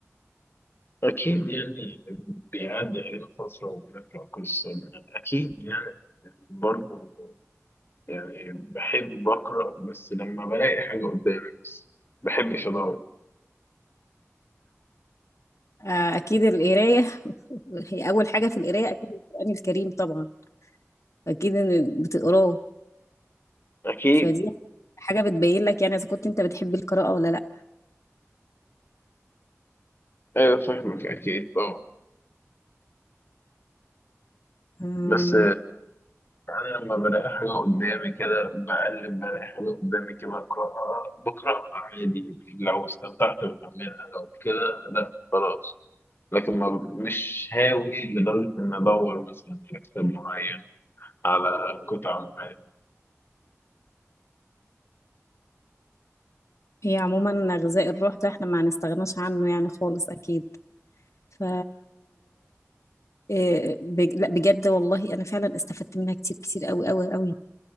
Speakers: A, on the left (about 45°); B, on the left (about 65°).
A: أكيد يعني بيعدي علينا فترة وبنقرأ قصة أكيد يعني برضه يعني بحب أقرأ بس لما بلاقي حاجة قدامي بس ما بحبش أدور
B: آه اكيد القرايه <laughs> هي اول حاجه في القرايه اكيد القران الكريم طبعا اكيد إن بتقراه
A: اكيد
B: فدي حاجة بتبين لك يعني إذا كنت أنت بتحب القراءة ولا لأ
A: أيوة فاهمك أكيد طبعا
B: أم،
A: بس أنا لما بلاقي حاجة قدامي كده بقلب بلاقي حاجة قدامي كده أقرأها بقرأها عادي لو استمتعت بكملها لو كده لأ خلاص لكن ما مش هاوي لدرجة إن أدور مثلا على كتاب معين على قطعة معينة
B: هي عموما غذاء الروح ده احنا ما هنستغناش عنه يعني خالص أكيد ف إيه، بج- لأ بجد والله أنا فعلا استفدت منها كتير كتير أوي أوي أوي